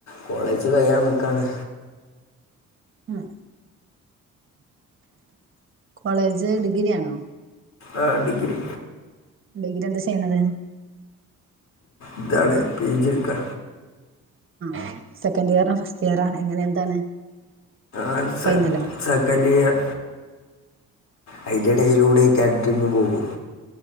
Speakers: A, on the left (about 65°); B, on the right (about 45°).
A: കോളേജ് കയ്യാൻ നിക്കാണ്
B: ഉം കോളേജ് ഡിഗ്രിയാണോ
A: ആഹ് ഡിഗ്രി
B: ഡിഗ്രി എന്താ ചെയ്യണത്
A: ഇതാണ് പിജി എടുക്കാ
B: ആഹ് സെക്കൻ്റിയറ ഫസ്റ്റിയറാണ് എങ്ങനെ എന്താണ്
A: ആൻസർ
B: ഫൈനലോ
A: സെക്കൻഡ് ഇയർ അയിന്റെടയിലൂടെയീ കാറ്റ് ട്രിങ്ങും പോകും